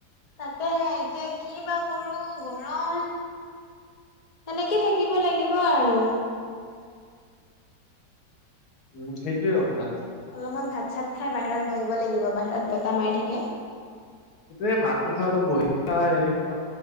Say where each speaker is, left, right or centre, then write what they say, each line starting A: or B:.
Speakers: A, on the left; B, on the left.
A: তাকেহে এতিয়া কি বা কৰো গৰম সেনেকে থাকিব লাগিব আৰু
B: উম সেইটোয়ে কথা
A: অলপমান ভাত চাত খাই বাহিৰত বহিব লাগিব বাহিৰত বতাহ মাৰি থাকে
B: সেইটোয়ে ভাতটো খাই অলপ বহি খাই এনেকে অলপ